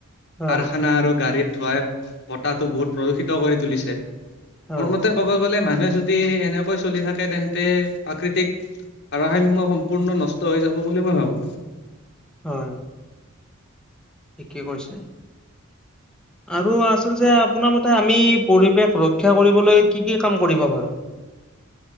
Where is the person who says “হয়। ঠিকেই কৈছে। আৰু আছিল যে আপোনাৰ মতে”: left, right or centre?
Centre